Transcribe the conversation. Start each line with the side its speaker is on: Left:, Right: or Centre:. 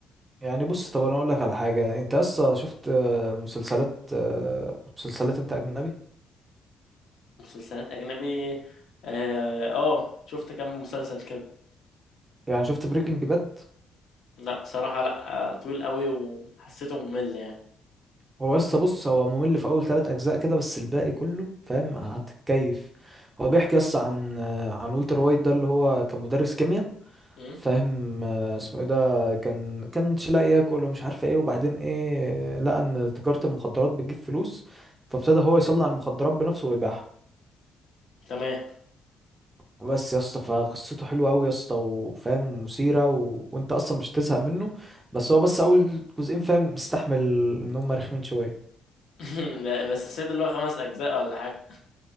Right: يعني بص طب انا اقول لك على حاجة انت يا اسطى شفت آه، مسلسلات آه، مسلسلات انت اجنبي
Left: مسلسلات اجنبي اه آه، شفت كام مسلسل كده
Right: يعني شفت بريكنج باد
Left: لا صراحه لا آه، طويل قوي وحسيته ممل
Right: هو يا اسطى بص هو ممل في اول ثلاث اجزاء كده بس الباقي كله فاهم هتتكيف هو بيحكي يس عن آه، عن والتر وايت ده اللي هو كان مدرس كيمياء
Left: يعني
Right: فاهم آه، اسمه ايه ده كان كانش لاقي ياكل ومش عارف ايه وبعدين ايه لقى ان تجارة المخدرات بتجيب فلوس فابتدى هو يصنع المخدرات بنفسه ويبيعها
Left: تمام
Right: بس يا اسطى فقصته حلوه قوي يا اسطى وفاهم مثيره و... وانت اصلا مش تزهق منه بس هو بس اول جزئين فاهم مستحمل ان هم رخمين شويه
Left: <laughs> لا بس سمعت اللي هو خمس اجزاء ولا حاجه